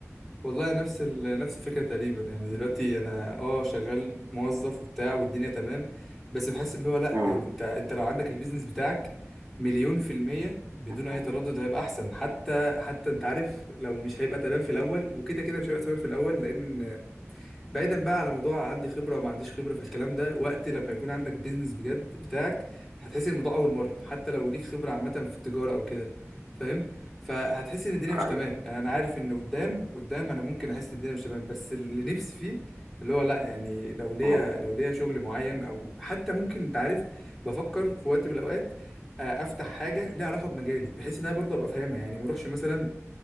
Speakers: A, in the centre; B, on the right.
A: والله نفس ال... نفس الفكرة تقريبا يعني دلوقتي انا اه شغال موظف وبتاع والدنيا تمام بس بحس اللي هو لا
B: مم.
A: يعني انت انت لو عندك البيزنس بتاعك مليون في المية بدون أي
B: مم.
A: تردد هيبقى أحسن حتى حتى أنت عارف لو مش هيبقى تمام في الأول وكده كده مش هيبقى تمام في الأول لأن بعيدا بقى على موضوع عندي خبره او ما عنديش خبره في الكلام ده وقت لما يكون عندك بيزنس بجد بتاعك هتحس إن الموضوع اول مره حتى لو ليك خبره عامه في التجاره او كده فاهم فهتحس ان الدنيا مش
B: ايوه
A: تمام يعني انا عارف ان قدام قدام انا ممكن احس ان الدنيا مش تمام بس اللي نفسي فيه اللي هو لا يعني لو ليا
B: مم.
A: لو ليا شغل معين او حتى ممكن انت عارف بفكر في وقت من الاوقات آه، افتح حاجه ليها علاقه بمجالي بحيث ان انا برضه ابقى فاهمها يعني ما اروحش مثلا